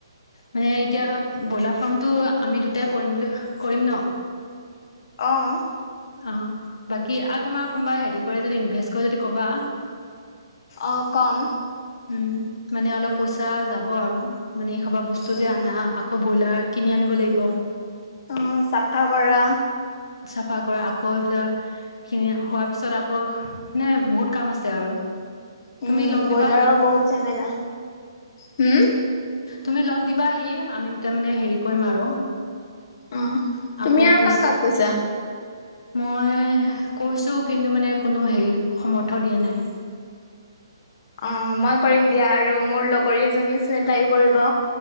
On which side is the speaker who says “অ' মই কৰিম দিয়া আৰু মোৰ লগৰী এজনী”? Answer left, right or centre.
Left